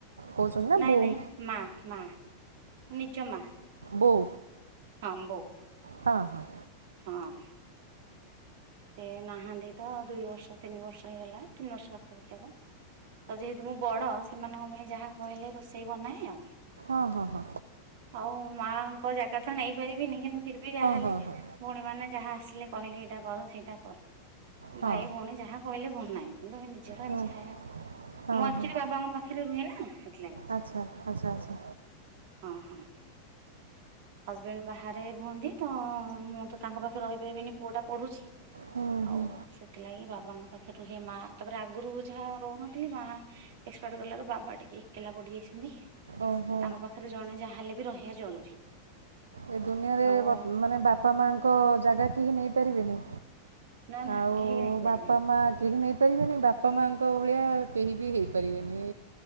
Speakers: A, on the right (about 70°); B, on the right (about 50°).
A: କହୁଛନ୍ତି ନା
B: ନାଇଁ
A: ବୋଉ?
B: ନାଇଁ ମା ମା ନିଜମା।
A: ବଉ।
B: ହଁ ବୋଉ।
A: ହଁ ହଁ।
B: ହଁ। ସେ ନାହାନ୍ତି ତ ଦୁଇ ବର୍ଷ ତିନି ବର୍ଷ ହେଇଗଲା ତିନି ବର୍ଷ ପାଖାପାଖି ହବ। ତ ଯେହେତୁ ମୁଁ ବଡ଼ ସେମାନଙ୍କ ପାଇଁ ଯାହା କହିଲେ ରୋଷେଇ ବନାଏ ଆଉ।
A: ଓହୋ ହଁ
B: ଆଉ ମାଙ୍କ ଜାଗା ତ ନେଇ ପାରିବିନି କିନ୍ତୁ ଫିର୍ବି ଯାହାହେଲେ।
A: ହଁ ହଁ ହଁ ହଁ
B: ଭଉଣୀ ମାନେ ଯାହା ଆସିଲେ କହିଲେ ଏଇଟା କର ସେଇଟା କର।
A: ହଁ
B: ଭାଇ ଭଉଣୀ ଯାହା କହିଲେ ଭଲ ନାହିଁ କିନ୍ତୁ ସେ ନିଜର
A: ହଁ
B: ଏମିତି
A: ହଁ
B: ଖାଇବା।
A: ହଁ
B: ମୁଁ ଆକ୍ଚୁଆଲି
A: ହଁ
B: ବାବାଙ୍କ ପାଖରେ ରୁହେ ନା ସେଥିଲାଗି।
A: ଆଚ୍ଛା ଆଚ୍ଛା ଆଚ୍ଛା
B: ହଁ ହଁ। ହଜବେଣ୍ଡ ବାହାରେ ରୁହନ୍ତି ତ ମୁଁ ତ ତାଙ୍କ ପାଖ ରହିପାରିବିନି ପୁଅଟା ପଢୁଛି
A: ହୁଁ ହୁଁ
B: ଆଉ ସେଠ ସେଥିଲାଗି ବାବାଙ୍କ ପାଖରେ ରୁହେ ମା ତାପରେ ଆଗରୁ ଯାହା ରହୁନଥିଲି ମା। ଏକ୍ସପାର୍ଟ କଲାରୁ ବାବା ଟିକେ ଏକେଲା ପଡ଼ିଯାଇଛନ୍ତି।
A: ଓହୋ।
B: ତାଙ୍କ ଜଣେ ଯାହା ହେଲେ ବି ରହିବା ଜରୁରୀ।
A: ଏ ଦୁନିଆରେ
B: ଆଉ
A: ବ ମାନେ ବାପା ମାଙ୍କ ଜାଗା କେହି ନେଇପାରିବେନି।
B: ନା ନା
A: ଆଉ
B: କେହି ନେଇପାରିବେନି
A: ବାପା ମା କେହି ନେଇ ପାରିବେନି ବାପା ମାଙ୍କ ଭଳିଆ କେହି ବି ହେଇପାରିବେନି।